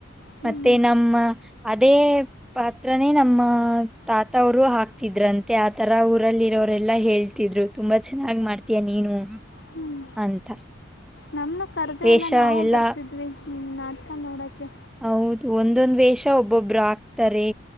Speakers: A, on the left; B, in the centre.
A: ಹ್ಞೂ
B: ಮತ್ತೆ ನಮ್ಮ ಅದೇ ಪಾತ್ರನೇ ನಮ್ಮ ತಾತ ಅವರು ಹಾಕ್ತಿದ್ರಂತೆ ಆತರ ಊರಲ್ಲಿರೋರೆಲ್ಲಾ ಹೇಳ್ತಿದ್ರು ತುಂಬಾ ಚೆನ್ನಾಗ್ ಮಾಡ್ತೀಯ ನೀನು
A: ಹ್ಮ್
B: ಅಂತ
A: ನಮನ್ನು ಕರ್ದ
B: ವೇಷ
A: ಇಲ್ಲ ನಾವು
B: ಎಲ್ಲ
A: ಬರ್ತಿದ್ವಿ ನಾಟಕ ನೋಡೋಕ್ಕೆ
B: ಹೌದು ಒಂದೊಂದ ವೇಷ ಒಬ್ಬೊಬ್ರು ಆಗ್ತಾರೆ